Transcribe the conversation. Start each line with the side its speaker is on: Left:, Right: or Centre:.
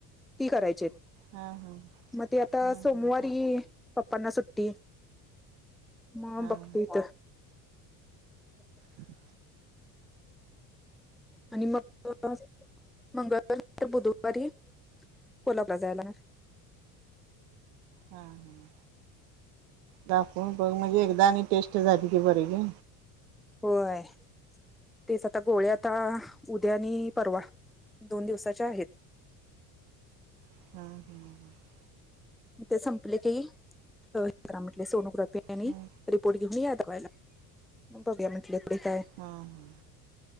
Centre: ती करायचीये.
Right: हम्म हम्म हम्म हा हा हा
Centre: मग ते आता
Right: हा हा हा
Centre: सोमवारी पप्पांना सुट्टीये. म बकतीत
Right: हा हम्
Centre: आणि मग मंगळ बुधवारी कोल्हापुला जायला
Right: हा ह दाखव बघ म्हणजे एकदा आणि टेस्ट झाली की बर ग
Centre: होय तेच आता गोळे आता उद्या आणि परवा दोन दिवसाच्या आहेत.
Right: हम हम् ह
Centre: ते संपले काी अ हे करा म्हटले सोनोग्राफी आणि
Right: हा. हा
Centre: रिपोर्ट घेऊन या बघायलाग बघया म्हटलेकडे काय
Right: हां हां